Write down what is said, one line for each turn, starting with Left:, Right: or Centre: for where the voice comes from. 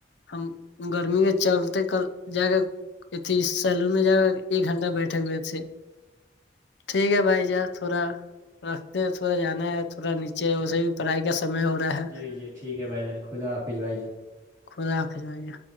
Left: ہم گرمی کے چلتے کل جا کر ا تھی سیلو میں جا ایک گھنٹہ بیٹھک میںئےے ٹھیک ہے بھائی جار تھوڑا رکھتے ہیں تھوڑا جانا ہے تھوڑا نیچے اسے بھی پڑھائی کا سمے ہو رہا ہے
Right: جی جی ٹھیک ہے بھائیان خدا حافظ بھائی جان
Left: خدا پضایا